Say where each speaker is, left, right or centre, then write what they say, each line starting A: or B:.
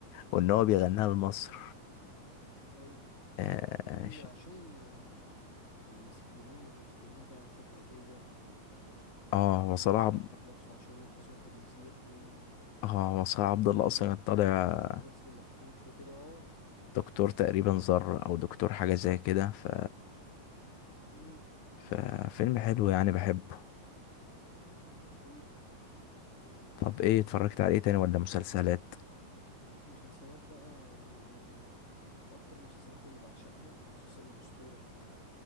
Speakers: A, on the left (about 75°); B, on the left (about 20°).
A: وان هو بيغنيها لمصر
B: ايوه
A: اه
B: فيلم
A: ش-
B: عشان ال- المسيحيين والمسلمين بقى والفكره ديت وال...
A: اه
B: وان
A: وصلاح
B: هو ضحى
A: عب-
B: بنفسه عشان ينقذ واحد مسيحي
A: اه وصلاح عبد الله
B: كمان
A: اصلا
B: بيكتشف
A: كان طالع
B: إن في طفل مصري مخطوف وكده اه
A: دكتور تقريبا زر او دكتور حاجه زي كده ف
B: امم
A: ففيلم حلو يعني بحبه
B: دي حقيقة
A: طب ايه اتفرجت عليه تاني ولا مسلسلات
B: مسلسلات بقى يعني من أكتر المسلسلات اللي بعشقها مسلسل الأسطورة بتاع